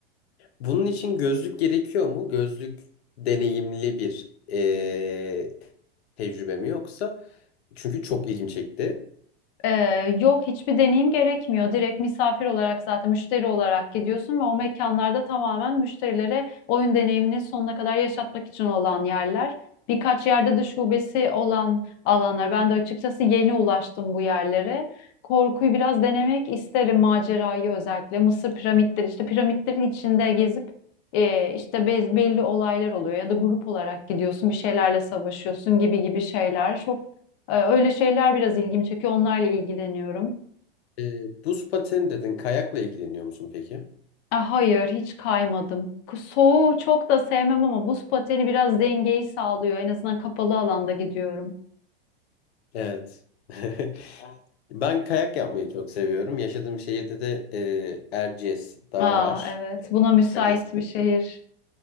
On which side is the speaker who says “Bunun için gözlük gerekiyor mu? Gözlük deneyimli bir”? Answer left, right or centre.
Left